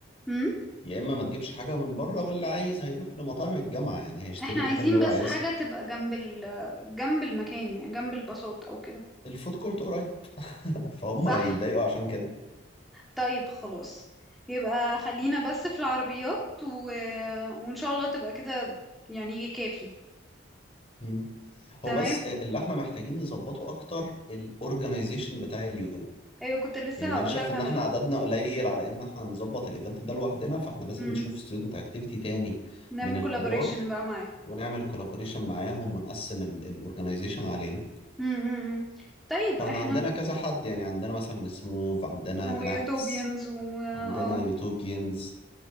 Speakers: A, in the centre; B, on the left.
A: مم؟
B: يا اما ما تجيبش حاجه من بره واللي عايز هيروح لمطاعم الجامعه يعني هيشتري
A: احنا
B: الحاجه
A: عايزين
B: اللي هو
A: بس
B: عايزها
A: حاجة تبقى جنب ال جنب المكان يعني جنب البساط او كده
B: الفود كورت قريب <laughs> فهم
A: صح
B: هيتضايقوا عشان كده
A: طيب خلاص يبقى خلينا بس في العربيات و... وإن شاء الله تبقى كده يعني يجي كافي
B: مم.
A: تمام
B: هو بس اللي احنا محتاجين نظبطه اكتر الاورجنايزيشن بتاع اليوم
A: أيوة كنت لسه
B: يعني
A: هقولك
B: انا شايف ان
A: على
B: احنا
A: ده
B: عددنا قليل على ان احنا نظبط الايفنت ده لوحدنا فاحنا لازم
A: مم.
B: نشوف ستودنت اكتيفيتي تاني
A: نعمل
B: من الكبار
A: كولابوريشن بقى معاه
B: ونعمل كولابوريشن معاهم ونقسم الاورجنايزيشن علينا
A: مم، مم، مم. طيب
B: فاحنا
A: احنا
B: عندنا كذا حد يعني عندنا مثلا سموف عندنا
A: ويوتوبيانز
B: اناكتس
A: و اه
B: عندنا يوتوبيانز